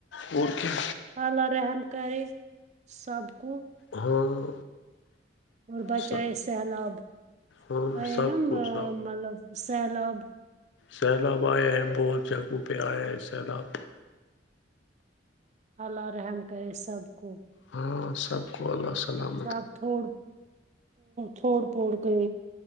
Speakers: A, on the left; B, on the right.
A: اور کیا
B: اللہ رحم کرے سب کو
A: ہاں
B: اور بچہ
A: سب
B: یہ سہلاب
A: ہاں
B: آ
A: سب
B: نا
A: کچھ سب
B: مطلب سہلاب
A: سیلاب آئے ہیں بہت جگہوں پہ آئے ہیں سیلاب
B: اللہ رحم کرے سب کو
A: ہاں سب واہ واہ سلام
B: سب تھوڑ تھوڑ پھوڑ کر